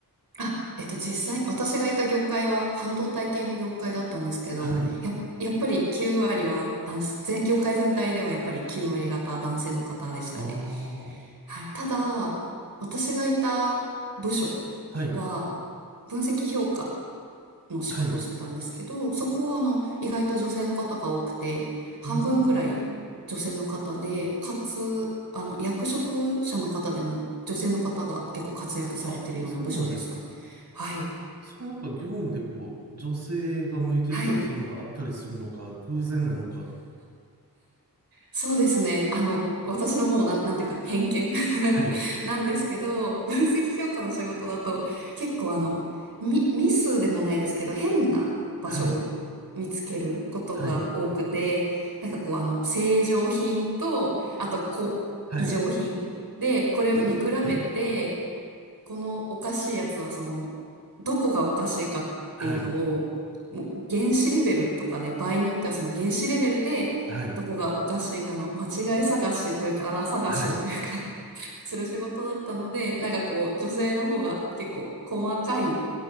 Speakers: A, on the right; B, on the right.
A: あ、えっと、実際、私がいた業界は半導体系の業界だったんですけど、
B: はい。
A: や、やっぱり9割は男性、ぜ業界全体ではやっぱり9割方男性の方でしたね。
B: ああ、
A: はい。ただ、私がいた部署は、
B: はい、
A: 分析評価の仕事をしてたんですけど、
B: はい。
A: そこはあの、意外と女性の方が多くて、半分ぐらい女性の方で、
B: うーん。
A: かつ、あの、役職者の方でも女性の方が結構活躍されてるような部署でした。
B: あ、そうなんですね。
A: はい。
B: それなんか業務でこう、女性が向いてるとかそういうのがあったりするのか、
A: はい。
B: 偶然なのか。
A: そうですね。あの、私のもうなん、なんていうか、偏見 <laughs>
B: はい、
A: なんですけど、<laughs> 分析評価の仕事だと、結構あの、ミ、ミスでもないですけど、変な場所を見つけることが多くて、
B: はい、はい、
A: なんかこうあの、正常品と、あと、こう、
B: はい、
A: 異常品で、これ見比べて、
B: <clears throat>
A: このおかしいやつはその、どこがおかしいかっていうのを、
B: はい、
A: もう原子レベルとかで、場合によってはその原子レベルで、
B: はい、
A: どこがおかしいかの間違い探しというか、粗探しというか
B: はい。
A: <laughs> する仕事だったので、なんかこう、女性の方が結構細かいっ